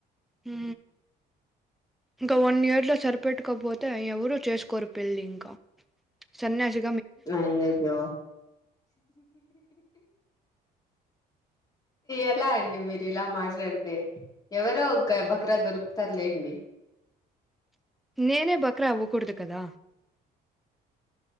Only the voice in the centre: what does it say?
హు ఇంకా వన్ ఇయర్ లో సరిపెట్కపోతే ఎవరు చేసుకోరు పెళ్లి ఇంకా సన్యాసి
నేనే బకరా అవ్వకూడదు కదా